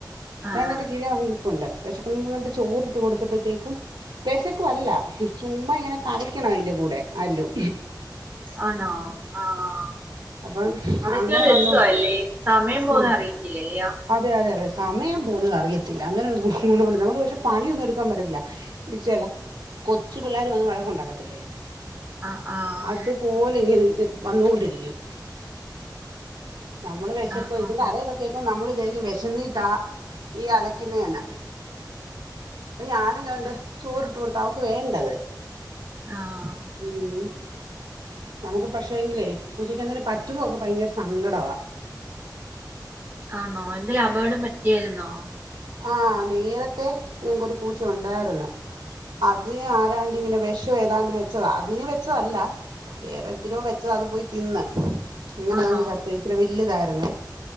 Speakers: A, on the right; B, on the right.
A: ആഹ്
B: ദാണ്ടേ എന്റെ കീഴെ വന്ന് നിപ്പൊണ്ട്. വിശക്കുന്നുന്ന് കണ്ട് ചോറിട്ട് കൊടുത്തപ്പോഴത്തേക്കും വിശക്കു അല്ല ചുമ്മ ഇങ്ങനെ കളിക്കണം അതിന്റെ കൂടെ ആരേലും.
A: ആണോ ആഹ്
B: അപ്പം
A: അതൊക്കെ
B: അങ്ങനെ
A: രസാല്ലേ
B: വന്നു
A: സമയം പോന്ന
B: ഉം,
A: അറിയത്തില്ലല്ലിയോ
B: അതെ അതെ അതെ സമയം പോവു ന്നത് അറിയത്തില്ല അങ്ങനെ ഒരു ഗുണവുണ്ട് നമ്മള് പക്ഷെ പണിയൊന്നും എടുക്കാൻ പറ്റത്തില്ല ചില കൊച്ചു പിള്ളോര് വന്ന് വഴക്കുണ്ടാക്കത്തില്ലേ?
A: ആഹ് ആഹ്
B: അതുപോലിങ്ങനെ വന്നുകൊണ്ടിരിക്കും. നമ്മള് വിശക്കോ
A: ആഹ് ആഹ്
B: ഇതിന്റെ അലയൊക്കെ കേൾക്കും നമ്മള് വിചാരിക്കും വിശന്നീട്ടാ ഈ അലക്കുന്നേന്ന് അപ്പ ഞാൻ ഇതാണ്ടേ ചോറിട്ട് കൊടുത്തു അവക്ക് വേണ്ടയത്.
A: ആഹ്
B: <unintelligible> നമുക്ക് പക്ഷേ എങ്കിലെ പൂജക്കന്നേരം പറ്റുമ്പോക്കെ ഭയങ്കര സങ്കടവാ
A: ആണോ എന്തേലപകടം പ റ്റിയാരുന്നോ?
B: ആഹ് നേരത്തെ ഞങ്ങക്കൊരു പൂച്ച ഉണ്ടായിരുന്നു അതിന് ആരാണ്ട് ഇങ്ങനെ വിഷം ഏതാണ്ട് വെച്ചതാ അതിന് വെച്ചതല്ല വേറെന്തിനോ വെച്ചത് അത് പോയി തിന്ന് അങ്ങനെ
A: ആണോ
B: അതങ്ങ് ചത്തു പോയി ഇച്ചരി വല്ലിയതാരുന്നു. അതെ